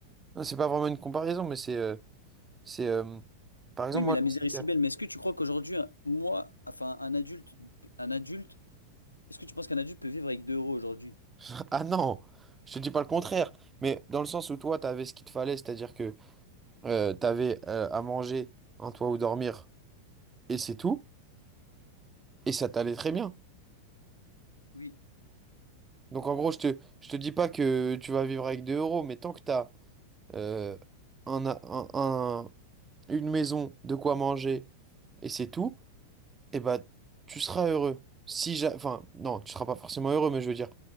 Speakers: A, on the right (about 15°); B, on the left (about 85°).
A: Non, c'est pas vraiment une comparaison, mais c'est... euh, c'est euh, Par exemple,
B: Oui, mais
A: moi,
B: la misère
A: je sais
B: est
A: qu'il
B: si
A: y a-
B: belle. Mais est-ce que tu crois qu'aujourd'hui, un- moi, enfin, un adulte, un adulte, est-ce que tu penses qu'un adulte peut vivre avec deux euros aujourd'hui?
A: <laughs> Ah non! Je te dis pas le contraire. Mais dans le sens où toi, t'avais ce qu'il te fallait, c'est-à-dire que euh, t'avais euh, à manger, un toit où dormir, et c'est tout. Et ça t'allait très bien.
B: Oui.
A: Donc en gros, je te, je te dis pas que tu vas vivre avec 2 euros, mais tant que t'as euh, un, a- un- un- une maison, de quoi manger, et c'est tout, et bah tu seras heureux. Si ja- Enfin, non, tu seras pas forcément heureux, mais je veux dire,